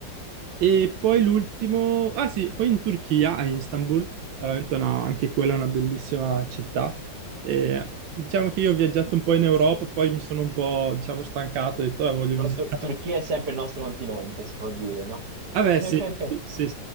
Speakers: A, on the right; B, on the right.
A: E poi l'ultimo, ah sì, poi in Turchia, a Istanbul, veramente una- anche quella è una bellissima città. E diciamo che io ho viaggiato un po' in Europa, poi mi sono un po', diciamo, stancato, ho detto, "Ah, voglio
B: Però
A: visitare.
B: Tur- Turchia è sempre il nostro continente, si può dire, no?
A: Ah beh,
B: <laughs>
A: sì, sì, sì,